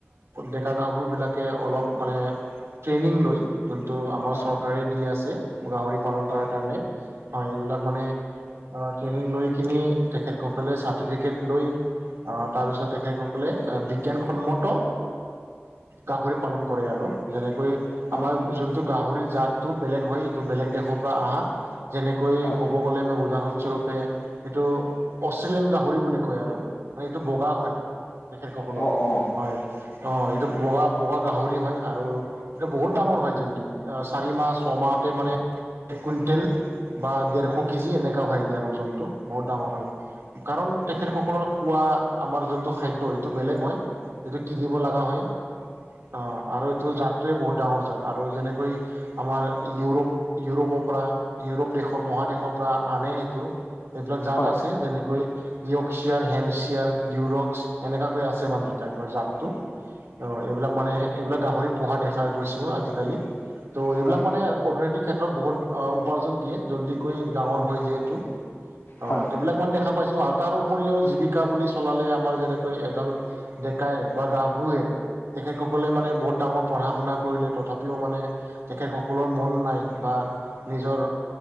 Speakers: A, on the right; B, on the left.
A: ডেকা গাভৰু বিলাকে অলপ মানে ট্ৰেইনিং লৈ যোনটো আমাৰ
B: হয়
A: চৰকাৰে দি আছে, গাহৰি পালন
B: হয়
A: কৰাৰ কাৰণে। হয়, এইবিলাক মানে ট্ৰেইনিং লৈ কিনি তেখেতসকলে চাৰ্টিফিকেট লৈ তাৰপিছত তেখেতসকলে বিজ্ঞানসন্মত গাহৰি পালন কৰে আৰু। যেনেকৈ
B: হয়
A: আমাৰ যোনটো গাহৰিৰ জাতটো বেলেগ হয়, এইটো বেলেগ দেশৰ পৰা আহা। যেনেকৈ
B: হয়।
A: ক'ব গ'লে মই উদাহৰণস্বৰূপে এইটো অষ্ট্ৰেলিয়ান গাহৰি বুলি কয় আৰু, মানে এইটো বগা হয়। তেখেতসকলৰ
B: অ অ
A: হয়, অ' এইটো বগা বগা গাহৰি হয় আৰু। এইটো বহুত ডাঙৰ হয় জল্দি, চাৰি মাহ ছমাহতে মানে এক কুইণ্টেল বা, ডৰশ কেজি এনেকা হয় ইয়াৰ ওজনটো, বহুত ডাঙৰ হয়। কাৰণ তেখেতসকলৰ খোৱা আমাৰ যোনটো খাদ্য। এইটো বেলেগ হয়, সেইটো কিনিব লগা হয়। অ' আৰু এইটো জাতটোয়ে বহুত ডাঙৰ জাত। আৰু যেনেকৈ আমাৰ ইউৰোপ ইউৰোপৰ পৰা ইউৰোপ দেশৰ মহাদেশৰ পৰা আনে এইটো। এইবিলাক জাত
B: হয়
A: আছে, যেনেকৈ য়ক্সিয়াৰ হেমচিয়াৰ ডউৰক্স এনেকুৱাকৈ আছে মানে জাতটো, অ' এইবিলাক মানে এইবিলাক গাহৰি পোহা দেখা গৈছোঁ আজিকালি, তো এইবিলাক
B: হয়
A: মানে অৰ্থনৈতিক ক্ষেত্ৰত বহুত উপাৰ্জন দিয়ে, জল্দিকৈ ডাঙৰ হয় যিহেতু।
B: হয়
A: অ'এইবিলাক ইমান দেখা পাইছো। আৰু তাৰ উপৰিও জীৱিকা বুলি চলালে আমাৰ যেনেক কৈয়ে এজন ডেকায় বা গাভৰুৱে তেখেতসকলে মানে বহুত ডাঙৰ পঢ়া শুনা কৰিলে, তথাপিও মানে তেখেতসকলৰ মন নাই বা। নিজৰ